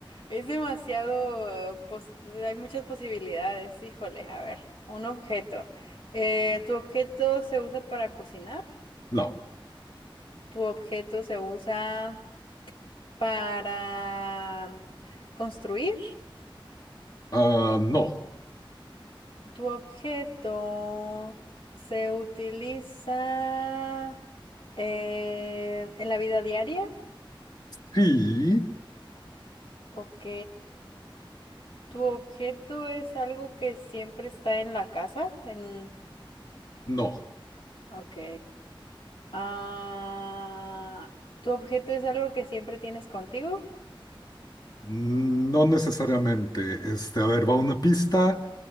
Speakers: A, on the left; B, on the left.
A: Es demasiado... eh, pos- Hay muchas posibilidades. Híjole, a ver. Un objeto. Eh, ¿tu objeto se usa para cocinar?
B: No,
A: ¿Tu objeto se usa para construir?
B: Ah, no,
A: Tu objeto se utiliza eh, en la vida diaria.
B: sí,
A: Ok. Tu objeto es algo que siempre está en la casa. En...
B: no,
A: Ok. Ah, tu objeto es algo que siempre tienes contigo.
B: no necesariamente. Este, a ver, va una pista.